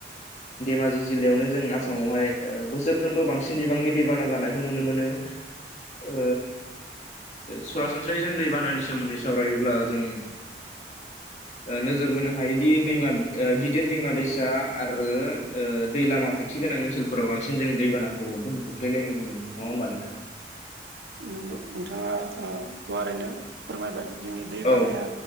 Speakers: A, on the left (about 40°); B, on the right (about 75°).
A: धेमाजि जिल्लायावनो जों आसामावहाय
B: औ
A: ओ बोसोरफ्रोमबो बांसिन बिबांनि दैबाना जानायखौ नुनो मोनो। ओ सरासनस्रायै जों दै बानानि सोमोन्दै सावरायोब्ला जों
B: <unintelligible>
A: ओ नोजोर बोनो हायोदि दैमा ओ गिद दिर दैमा दैसा आरो ओ दै लामा खाथि गोनां ओनसोलफोराव बांसिन जों दैबानाखौ गोहोम खोख्लैनाय नुनो मोनो नङा होमबा नोंथां?
B: नंगौ नोंथाङा आ गुवारैनो फोरमायबाय जोंनि दै बानाया
A: औ